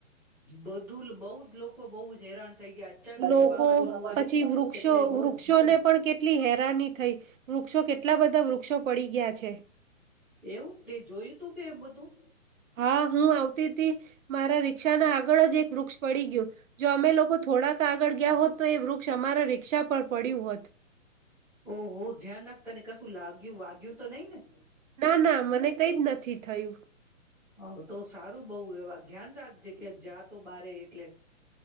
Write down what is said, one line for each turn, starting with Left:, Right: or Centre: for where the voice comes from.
Centre: બધું બઉુ જ લોકો બહુ હેરાન થઈ ગયા અચાનક
Right: લોકો
Centre: વાવાઝોડું આવ્યું
Right: પછી વૃક્ષો
Centre: એટલે
Right: વૃક્ષોને
Centre: બહુ
Right: પણ કેટલી હેરાન થઈ વૃક્ષો કેટલા બધા વૃક્ષો પડી ગયા છે.
Centre: એવું તે જોયું તું કે બધું?
Right: હા હું આવતીથી મારા રિક્ષાના આગળ જ એક વૃક્ષ પડી ગયો. જો અમે લોકો થોડાક આગળ ગયા હોત તો એ વૃક્ષ અમારા રિક્ષા પર પડ્યું હોત.
Centre: ઓહ વોહ ધ્યાન રાખતા ને કશું લાગ્યું વાગ્યું વાત તો નહી ને
Right: ના ના મને કઈ જ નથી થયું.
Centre: હ તો સારું બઉ એવા ધ્યાન રાખે જગ્યા જાતો બારે એટલે